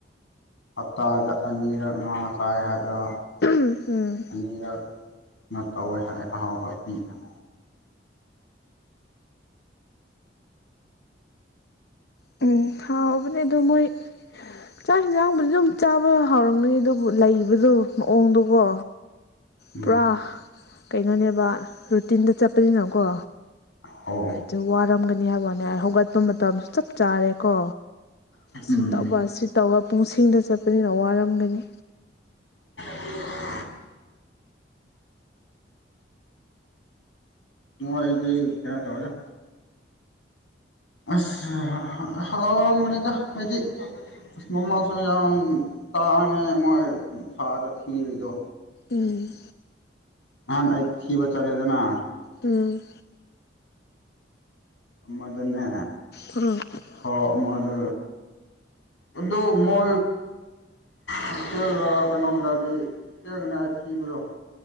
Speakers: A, on the left; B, on the left.
A: ꯍꯞꯇꯥꯗ ꯑꯅꯤꯔꯛ ꯉꯥ ꯆꯥꯏ ꯍꯥꯏꯕ꯭ꯔꯥ
B: ꯎꯝ
A: ꯑꯅꯤꯔꯛ ꯅ ꯇꯧꯋꯦ ꯑꯍꯥꯎꯕ ꯄꯤꯍꯥꯏ
B: ꯎꯝ ꯍꯥꯎꯕꯅꯦ ꯑꯗꯨ ꯃꯣꯏ ꯆꯥꯛ ꯍꯦꯟꯖꯥꯡꯕꯨꯗꯤ ꯑꯗꯨꯝ ꯆꯥꯕ ꯍꯥꯎꯔꯝꯒꯅꯤ ꯑꯗꯨꯕꯨ ꯂꯩꯕꯗꯣ ꯃꯑꯣꯡꯗꯣꯒꯣ
A: ꯎꯝ
B: ꯄꯨꯔꯥ ꯀꯩꯅꯣꯅꯦꯕ ꯔꯨꯇꯤꯟꯗ ꯆꯠꯄꯅꯤꯅꯀꯣ
A: ꯍꯧ
B: ꯗꯨ ꯋꯥꯔꯝꯒꯅꯤ ꯍꯥꯏꯕ ꯋꯥꯅꯦ ꯑꯩ ꯍꯧꯒꯠꯄ ꯃꯇꯝꯁꯨ ꯆꯞ ꯆꯥꯔꯦꯀꯣ ꯁꯤ
A: ꯎꯝ
B: ꯇꯧꯕ ꯑꯁꯤ ꯇꯧꯕ ꯄꯨꯡꯁꯤꯡꯗ ꯆꯠꯄꯅꯤꯅ ꯋꯥꯔꯝꯒꯅꯤ
A: <inaudible> ꯃꯣꯏꯗꯤ ꯀꯩꯅꯣ ꯇꯧꯏꯗꯥ ꯑꯁ ꯍꯥ ꯍꯥꯎꯔꯝꯒꯅꯤꯗ ꯍꯥꯏꯗꯤ ꯑꯁ ꯃꯃꯜꯁꯨ ꯌꯥꯝ ꯇꯥꯡꯉꯦ ꯃꯣꯏ ꯊꯥꯗ ꯊꯤꯔꯤꯗꯣ
B: ꯎꯝ
A: ꯅꯍꯥꯟ ꯑꯩ ꯊꯤꯕ ꯆꯠꯂꯦꯗꯅ
B: ꯎꯝ
A: ꯑꯃꯗꯅꯦ
B: ꯈ꯭ꯔꯨ <unintelligible>
A: ꯊꯥ ꯑꯃꯗ ꯑꯗꯨ ꯃꯣꯏ ꯍꯣꯁꯇꯦꯜꯒꯔꯥ ꯀꯩꯅꯣꯒꯔꯥꯗꯤ <unintelligible>